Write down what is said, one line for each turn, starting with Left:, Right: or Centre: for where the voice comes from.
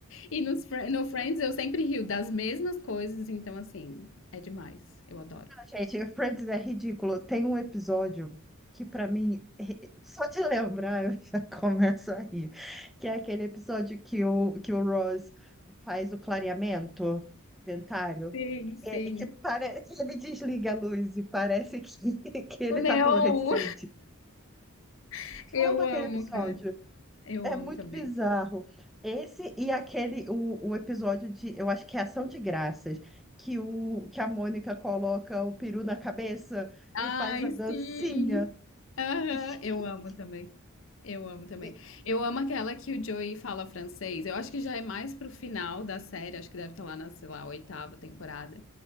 Left: E nos, Fri- no Friends eu sempre rio das mesmas coisas, então assim, é demais, eu adoro.
Centre: Gente, <laughs> Friends é ridículo. Tem um episódio que, pra mim, eh, só de lembrar eu já <laughs> começo a rir. Que é aquele episódio que o, que o Ross faz o clareamento dentário.
Left: Sim,
Centre: Que,
Left: sim.
Centre: é- que, pare... que ele desliga a luz e parece que, <laughs> que ele
Left: O Neon,
Centre: tá fluorescente.
Left: <laughs> eu
Centre: Eu amo aquele
Left: amo,
Centre: episódio.
Left: cara, eu
Centre: É
Left: amo
Centre: muito
Left: também.
Centre: bizarro. Esse e aquele, o, o episódio de, eu acho que é Ação de Graças, que, o, que a Mônica coloca o peru na cabeça e
Left: Ai,
Centre: faz a dancinha.
Left: sim! Aham,
Centre: Gente,
Left: eu amo também. Eu amo também.
Centre: e-
Left: Eu amo aquela que o Joey fala francês. Eu acho que já é mais pro final da série, acho que deve estar lá na, sei lá, oitava temporada.